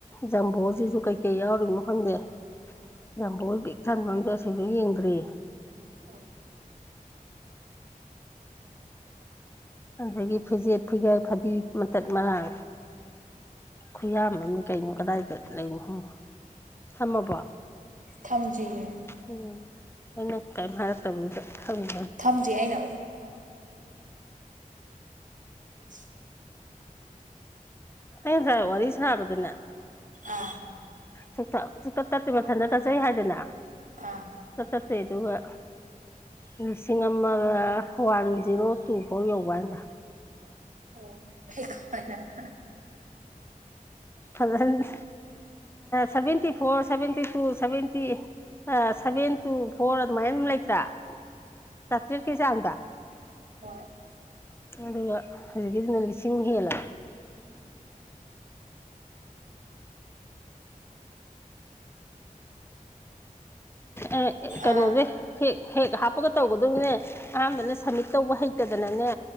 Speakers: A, on the left; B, on the right.
A: ꯖꯝꯕꯣꯖꯤ ꯀꯩꯀꯩ ꯌꯥꯎꯔꯤꯅꯣ ꯈꯪꯗꯦ ꯖꯝꯕꯣ ꯄꯤꯛ ꯊꯟꯕ ꯑꯝꯗꯣ ꯁꯤꯁꯨ ꯌꯦꯡꯗ꯭ꯔꯤ
B: <unintelligible>
A: ꯑꯗꯨꯗꯒꯤ ꯐꯤꯖꯦꯠ ꯐꯤꯒꯥꯏ ꯐꯗꯤ ꯃꯇꯠ ꯃꯥꯡ ꯈꯨꯌꯥꯝ ꯑꯃꯅꯤ ꯀꯩꯅꯣ ꯀꯗꯥꯏ ꯂꯩꯅꯣ <unintelligible> ꯊꯝꯃꯕꯣ
B: ꯊꯝꯖꯤꯌꯦ
A: ꯎꯝ ꯅꯪꯅꯥ ꯀꯔꯤꯝ ꯍꯥꯏꯔꯛꯇꯕꯗꯨꯗꯥ ꯍꯪꯅꯤ
B: ꯊꯝꯗꯔꯤ ꯑꯩꯅ <unintelligible>
A: ꯀꯩꯅ ꯉꯁꯥꯏ ꯋꯥꯔꯤ ꯁꯥꯕꯗꯅꯦ
B: ꯑꯥ
A: ꯁꯨꯛꯇꯞ ꯁꯨꯡꯊꯞ ꯇꯠꯇꯦ ꯃꯊꯟꯇ ꯇꯠꯆꯩ ꯍꯥꯏꯗꯅ
B: ꯑꯥ
A: ꯁꯨꯡꯇꯞ ꯇꯞꯇꯦ ꯑꯗꯨꯒꯥ ꯂꯤꯁꯤꯡ ꯑꯃꯒ ꯋꯥꯟ ꯖꯤꯔꯣ ꯇꯨ ꯐꯣꯔ ꯌꯧꯕ ꯃꯥꯜꯂꯦ
B: <unintelligible>
A: ꯐꯖꯅ seventy four seventy two seventy seventy four ꯑꯗꯨꯃꯥꯏꯅ ꯑꯗꯨꯝ ꯂꯩꯇ꯭ꯔꯥ ꯆꯥꯇ꯭ꯔꯦꯠꯀꯤ ꯆꯥꯡꯗ
B: ꯍꯣꯏ
A: ꯑꯗꯨꯒ ꯍꯧꯖꯤꯛꯀꯤꯁꯤꯅ ꯂꯤꯁꯤꯡ ꯍꯦꯜꯂ ꯑ ꯀꯩꯅꯣꯒꯤ
B: ꯑꯥ
A: ꯍꯦꯛ ꯍꯦꯛ ꯍꯥꯞꯄꯒ ꯇꯧꯕꯗꯨꯅꯦ ꯑꯍꯥꯟꯕꯅꯦ ꯁꯝꯃꯤꯠ ꯇꯧꯕ ꯍꯩꯇꯗꯅꯅꯦ